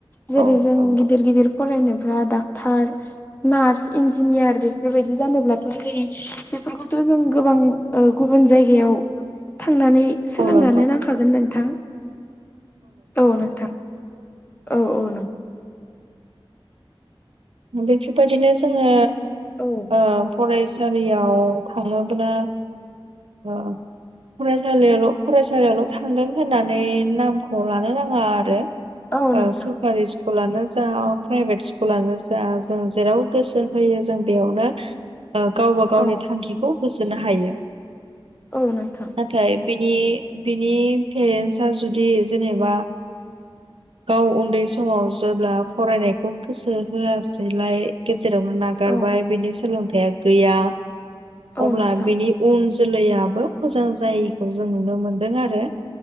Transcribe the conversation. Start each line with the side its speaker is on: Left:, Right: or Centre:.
Left: जेरै
Right: औ
Left: जों
Right: नंगौ
Left: गिदिर गिदिर फरायनोब्ला डाक्टार नार्स इन्जिनियार बेफोरबायदि जानोब्लाथ' जों बेफोरखौथ' जों गोबां गुबुन जायगायाव थांनानै सोलोंजानो
Right: औ नोंथां
Left: नांखागोन नोंथां। औ नोंथां औ औ नंगौ
Right: बेफोरबायदिनो जोङो
Left: औ
Right: ओ फरायसालियाव थाङोब्ला ओ फरायसालिल' <unintelligible> फरायसालियावल' थांदों होननानै नामखौ लानो नाङा आरो।
Left: औ नोंथां
Right: सरकारि स्कुलानो जा प्राइभेट स्कुलानो जा जा जों जेराव गोसो होयो जों बेयावनो गावबा गावनि
Left: औ
Right: थांखिखौ होसोनो हायो।
Left: औ नोंथां
Right: नाथाय बिनि बिनि पेरेनसआ जुदि जेनेबा गाव उन्दै समाव जेब्ला फरायनायखौ गोसो होआसैलाय गेजेरावनो नागारबाय
Left: औ
Right: बिनि सोलोंथाया गैया
Left: औ
Right: अब्ला
Left: नोंथां
Right: बिनि उन जोलैयाबो मोजां जायैखौ जों नुनो मोनदों आरो।